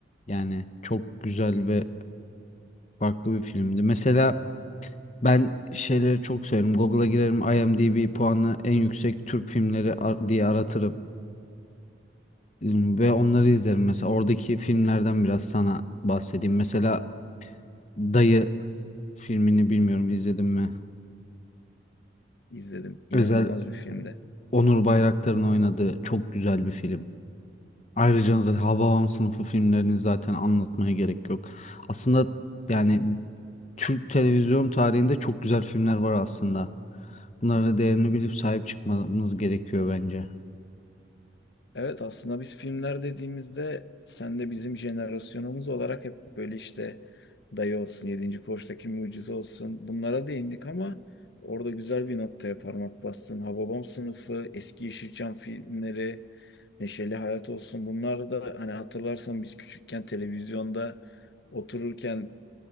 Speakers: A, on the left (about 40°); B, on the left (about 70°).
A: Yani çok güzel ve farklı bir filmdi. Mesela ben şeyleri çok severim. Google'a girerim, IMDb puanı en yüksek Türk filmleri ar- diye aratırım Im, ve onları izlerim. Mesela oradaki filmlerden biraz sana bahsedeyim. Mesela Dayı filmini bilmiyorum izledim mi?
B: İzledim. İnanılmaz
A: Özel
B: bir filmdi.
A: Onur Bayraktar'ın oynadığı çok güzel bir film. Ayrıca zaten Hababam sınıfı filmlerini zaten anlatmaya gerek yok. Aslında yani Türk televizyon tarihinde çok güzel filmler var aslında. Bunlara değerini bilip sahip çıkmamız gerekiyor bence.
B: Evet aslında biz filmler dediğimizde sen de bizim jenerasyonumuz olarak hep böyle işte Dayı olsun, Yedinci Koç'taki Mucize olsun bunlara değindik ama orada güzel bir noktaya parmak bastın. Hababam sınıfı, eski Yeşilçam filmleri, Neşeli Hayat olsun bunlar da hani hatırlarsan biz küçükken televizyonda otururken